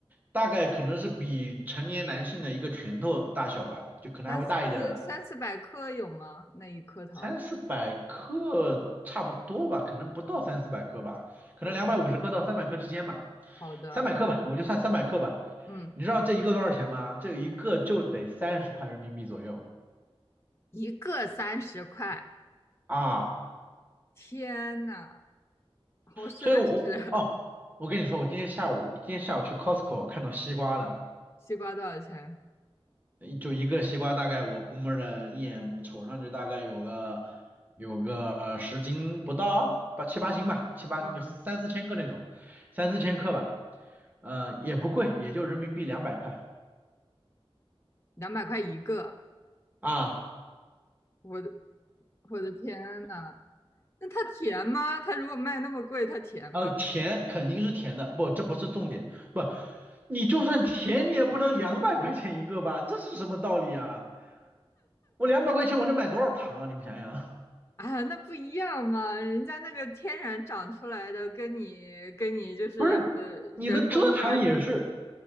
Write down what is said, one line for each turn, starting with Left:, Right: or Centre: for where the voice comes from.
Right: 大概可能是比成年男性的一个拳头大小吧，就可能还会大一点儿，
Left: 三四三四百克有吗？那一颗桃子？
Right: 三四百克差不多吧，可能不到三四百克吧，可能两百五十克到三百克之间吧，
Left: 哦，好的，
Right: 三百克吧，我就算三百克吧。
Left: 嗯，
Right: 你知道这一个多少钱吗？这一个就得三十块人民币左右
Left: 一个三十块，
Right: 啊，
Left: 天呐，好奢侈啊！
Right: 所以我哦，我跟你说，我今天下午今天下午去 Costco 看到西瓜了。
Left: <laughs> 西瓜多少钱？
Right: 就一个西瓜，大概我估摸着一眼瞅上去大概有个有个呃十斤不到，八七八斤吧，七八斤就三四千个那种，
Left: 嗯。
Right: 三四千克吧，呃，也不贵，也就人民币两百块
Left: 两百块一个，
Right: 啊，
Left: 我的我的天呐，那它甜吗？它如果卖那么贵，它甜吗？
Right: 呃，甜肯定是甜的，不，这不是重点，不，你就算甜，你也不能两百块钱一个吧，这是什么道理啊？我两百块钱我能买多少糖啊？你们想想，
Left: 哎呀，那不一样嘛，人家那个天然长出来的，跟你跟你就是呃人工加进去
Right: <laughs> 不是，你的蔗糖也是。